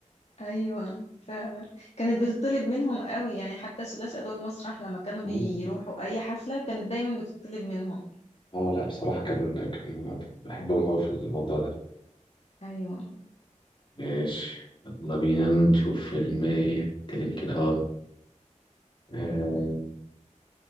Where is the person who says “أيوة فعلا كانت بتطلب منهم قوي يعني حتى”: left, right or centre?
Left